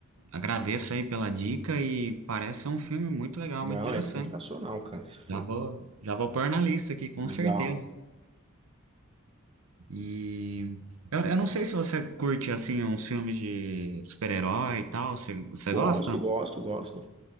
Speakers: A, on the right (about 85°); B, on the right (about 25°).
A: agradeço aí pela dica e parece ser um filme muito legal,
B: Não,
A: muito interessante.
B: é sensacional, cara, esse filme.
A: Já vou, já vou pôr na lista aqui, com
B: legal.
A: certeza. E eu, eu não sei se você curte, assim, uns filmes de super-herói e tal. Você, você
B: Gosto,
A: gosta?
B: gosto, gosto.